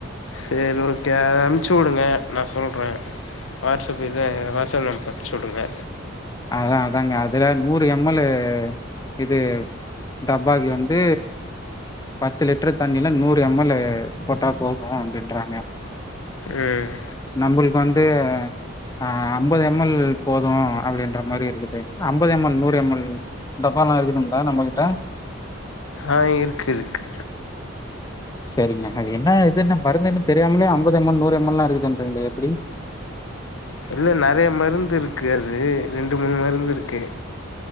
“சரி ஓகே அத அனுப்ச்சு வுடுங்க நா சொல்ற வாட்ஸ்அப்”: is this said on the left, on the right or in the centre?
Left